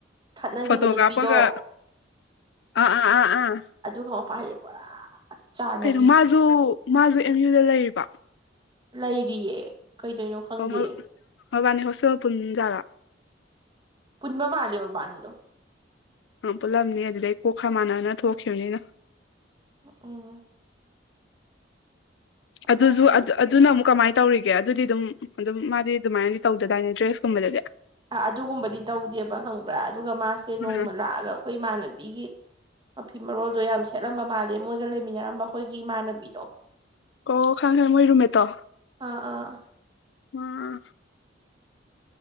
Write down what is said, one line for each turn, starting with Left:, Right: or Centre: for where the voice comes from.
Right: ꯈꯠꯅꯈꯤꯕ
Left: ꯐꯣꯇꯣ
Right: ꯅꯨꯄꯤꯗꯣ
Left: ꯀꯥꯞꯄꯒ ꯑꯥ ꯑꯥ ꯑꯥ ꯑꯥ
Right: ꯑꯗꯨꯒ ꯃꯄꯥꯗꯤ ꯄꯨꯔꯥ ꯆꯥꯟꯅꯕꯤ
Left: ꯈꯩꯅ ꯃꯥꯁꯨ ꯃꯥꯁꯨꯦ ꯑꯦꯝ ꯌꯨꯗ ꯂꯩꯔꯤꯕ
Right: ꯂꯩꯔꯤꯌꯦ ꯀꯩꯗꯣꯏꯅꯣ ꯈꯪꯗꯦ
Left: ꯑꯣ ꯃꯣꯏ ꯃꯕꯥꯅꯤ ꯍꯣꯁꯇꯦꯜ ꯄꯨꯟꯖꯔ
Right: ꯀꯨꯟꯕ ꯃꯥ ꯑꯂꯕꯕꯥꯅꯤ ꯂꯣ
Left: ꯑꯪ ꯄꯨꯜꯂꯝꯅꯤ ꯑꯗꯨꯗꯩ ꯀꯣꯛ ꯈ ꯃꯥꯟꯅꯅ ꯊꯣꯛꯈꯤꯕꯅꯤꯅ
Right: ꯎꯝ ꯃꯕꯥꯅꯤ
Left: ꯑꯗꯨꯁꯨ ꯑꯗꯨ ꯑꯗꯨꯅ ꯑꯃꯨꯛ ꯀꯃꯥꯏꯅ ꯇꯧꯔꯤꯒꯦ ꯑꯗꯨꯗꯤ ꯑꯗꯨꯝ ꯑꯗꯨꯝ ꯃꯥꯗꯤ ꯑꯗꯨꯃꯥꯏꯅꯗꯤ ꯇꯧꯗꯗꯥꯏꯅꯦ ꯗ꯭ꯔꯦꯁꯀꯨꯝꯕꯗꯗꯤ
Right: ꯑꯗꯨꯒꯨꯝꯕꯗꯤ ꯇꯧꯗꯦꯕ ꯍꯪꯕ꯭ꯔꯥ ꯑꯗꯨꯒ ꯃꯥꯁꯦ ꯅꯣꯡꯃ
Left: ꯎꯝ
Right: ꯂꯥꯛꯑꯒ ꯑꯩꯈꯣꯏ ꯏꯃꯥꯟꯅꯕꯤ ꯅꯨꯄꯤꯒꯤ ꯃꯐꯤ ꯃꯔꯣꯜꯗꯣ ꯌꯥꯝ ꯁꯦꯠꯂꯝꯕ ꯃꯥꯜꯂꯦ ꯃꯣꯏꯒ ꯂꯩꯃꯤꯟꯅꯔꯝꯕ ꯑꯩꯈꯣꯏꯒꯤ ꯏꯃꯥꯟꯅꯕꯤꯗꯣ
Left: ꯑꯣ ꯈꯪ ꯈꯉ ꯃꯣꯏ ꯔꯨꯝꯃꯦꯠꯇꯣ
Right: ꯑꯥ ꯑꯥ
Left: ꯑꯥ